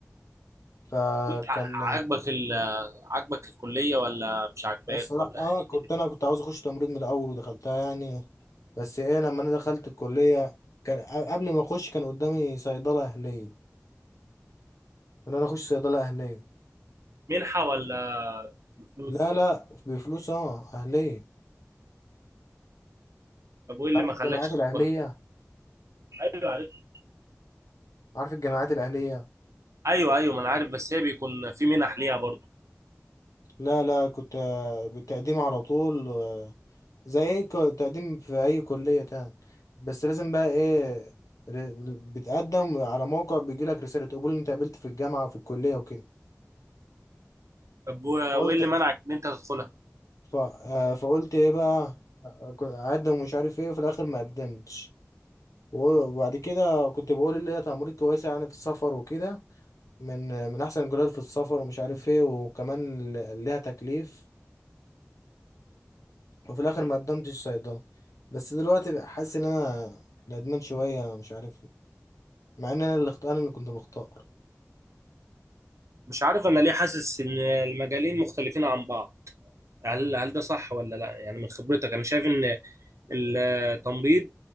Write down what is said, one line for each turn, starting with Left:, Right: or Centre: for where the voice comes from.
Left: فكان
Right: طب وانت ع- عاجبك ال عاجبك الكلية ولا مش عاجباك
Left: الصراحة
Right: ولا
Left: اه
Right: ايه
Left: كنت
Right: الدنيا؟
Left: انا كنت عاوز اخش تمريض من الاول ودخلتها يعني بس ايه لما انا دخلت الكلية كان ق- قبل ما اخش كان قدامي صيدلة اهلية ان انا اخش صيدلة اهلية
Right: منحة ولا فلوس؟
Left: لا لا بفلوس اه اهلية
Right: طب وايه اللي
Left: عارف
Right: ما
Left: الجامعات
Right: خلاكش
Left: الاهلية
Right: تتقبل؟ ايوه عارف
Left: عارف الجامعات الاهلية
Right: ايوه ايوه ما انا عارف بس هي بيكون في منح ليها برضه
Left: لا لا كنت آه، بالتقديم على طول آه، زي اي ك- تقديم في اي كلية تاني بس لازم بقى ايه ر- بتقدم على موقع بيجيلك رسالة قبول إن انت قابلت في الجامعة وفي الكلية وكده
Right: طب و-
Left: فقلت
Right: وايه اللي منعك ان انت تدخلها؟
Left: ف... آه، فقلت ايه بقى ك- اقدم ومش عارف ايه وفي الاخر ما قدمتش وبعد كده كنت بقول اللي هي تمريض كويسه يعني في السفر وكده من من احسن الكليات في السفر ومش عارف ايه وكمان ل- ليها تكليف وفي الاخر ما قدمتش صيدله بس دلوقتي بقى حاسس ان انا ندمان شويه مش عارف ليه مع ان انا اللي اخت- انا اللي كنت مختار
Right: مش عارف انا ليه حاسس ان المجالين مختلفين عن بعض هل هل ده صح ولا لا؟ يعني من خبرتك انا شايف ان التمريض